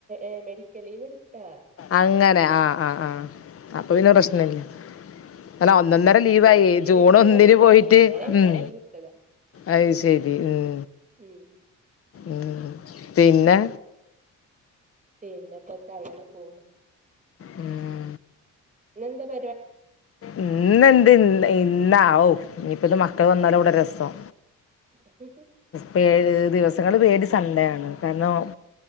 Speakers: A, on the right; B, on the left.
A: എ മെഡിക്കൽ ലീവെട്ത്താ
B: അങ്ങനെ ആഹ് ആഹ് ആഹ് അപ്പൊ പിന്നെ പ്രശ്നില്ല അല്ല ഒന്നൊന്നര
A: ഉം
B: ലീവായേ
A: മെഡിക്കല്
B: ജൂൺ
A: കിട്ടോ
B: ഒന്നിന്
A: അറിയില്ല
B: പോയിട്ട്
A: അങ്ങനെ വെച്ച്
B: ഉം
A: ലീവ് എടുത്തതാ
B: അത് ശരി ഉം
A: ഉം
B: ഉം പിന്നെ
A: പിന്നെപ്പെത്താ അങ്ങന പോണ്
B: ഉം
A: ഇന്നെന്താ പ
B: ഇന്നെന്ത് ഇന്ന് ഇന്നാ ഓ ഇനിപ്പിത്ത മക്കള് വന്നാലവിട രസം.
A: ഹും ഹും
B: പേ ദിവസങ്ങളില് പേടി സൺഡേയാണ് കാരണോം